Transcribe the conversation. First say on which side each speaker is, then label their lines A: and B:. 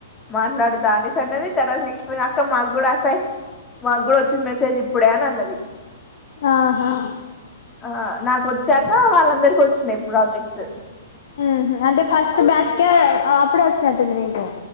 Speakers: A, on the left; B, on the left.
A: మాట్లాడుతా అనేసి అన్నది తర్వాత నెక్స్ట్ అక్క మాకు కూడా అసై మాకు కూడా వచ్చింది మెసేజ్ ఇప్పుడే అని అన్నది
B: ఆహా
A: ఆ నాకు వచ్చాక వాళ్ళందరికి వచ్చినయి ప్రాజెక్ట్స్
B: ఉహు అంటే ఫస్ట్ బ్యాచ్ కే ఆ అప్పుడే వచ్చినటుంది నీకు